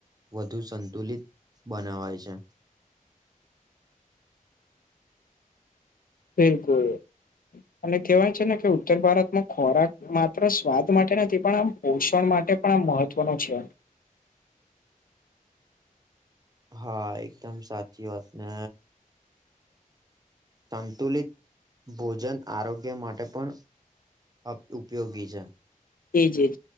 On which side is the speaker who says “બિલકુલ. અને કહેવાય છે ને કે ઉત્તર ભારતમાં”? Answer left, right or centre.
Left